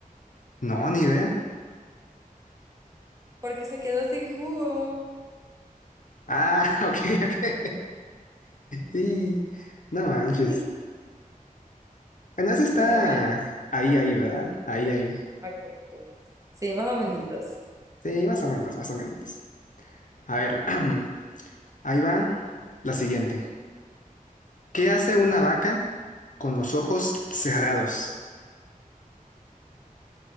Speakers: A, on the left; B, on the right.
A: no, ni idea.
B: Porque se quedó sin jugo.
A: Ah, <laughs> ok, ok. Sí, no manches.
B: <laughs>
A: Bueno, ese está
B: Bueno, va.
A: ahí, ahí, ¿verdad? Ahí, ahí.
B: ok, ok. Sí, más o menos.
A: Sí, más o menos, más o menos. A ver, <clears throat> ahí va la siguiente. ¿Qué hace una vaca con los ojos cerrados?